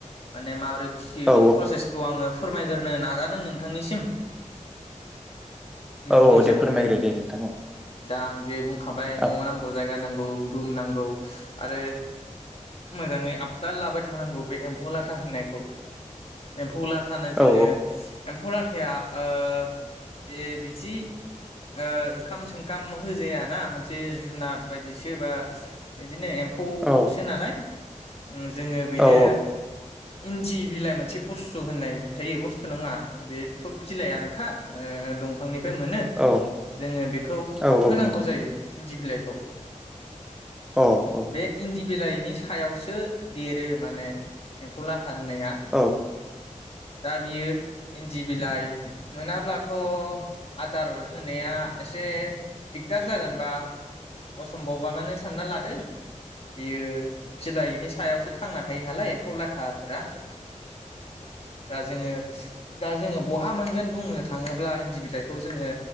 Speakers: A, on the left; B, in the centre.
A: माने माबोरै फिसियो
B: औ
A: बिनि प्रसेसखौ आङो फोरमायग्रोनो नाजादों नोंथांनिसिम
B: औ
A: फंसे
B: औ दे
A: फंनै
B: फोरमायग्रो दे नोंथां औ
A: दा आं जे बुंखाबाय न'आव
B: औ
A: नांगौ जायगा नांगौ रुम नांगौ आरो मोजाङै आबदाल लाबाय थानांगौ बे एम्फौ लाथा होननायखौ एम्फौ लाथा थानो जोङो
B: औ
A: एम्फौ लाथाया ओ जे बिदि ओ ओंखाम संखाम होजायााना मोनसे जुनार बायदि जिसो बा बिदिनो एम्फौसो
B: औ
A: नालाय जोङो बेनो
B: औ
A: इन्दि बिलाइ मोनसे बुस्थु होननाय थायो बुस्थु नङा बेथ' बिलाइआानोखा दंफांनि मोनो
B: औ
A: जोङो बेखौ
B: औ
A: होनांगौ
B: औ नंगौ
A: जायो इन्दि बिलाइखौ
B: औ औ
A: बे इन्दि बिलाइनि सायावसो देरो माने एम्फौ लाथ लाथा होननाया
B: औ
A: दा बियो इन्दि बिलाइ मोनाब्लाथ' आदार होनाया एसे दिगदार जागोनबा सम्भबा मानोे सानना लादो बियो बिलाइनि सायावसो थांना थायो नालाय एम्फौ लाथाफोरा दा जोङो दा जोङो बहा मोनगोन बुंनो थाङोब्ला इन्दि बिलाइखौ जोङो